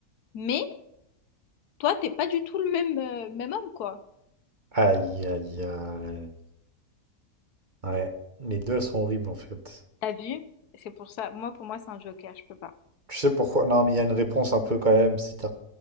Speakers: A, on the left; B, on the right.
A: Mais toi, t'es pas du tout le même, euh, le même homme, quoi.
B: Aïe, aïe, aïe. Ouais, les deux sont horribles en fait.
A: T'as vu? C'est pour ça, moi, pour moi, c'est un joker, je peux pas.
B: Tu sais pourquoi? Non, mais il y a une réponse un peu quand même. Si t'as-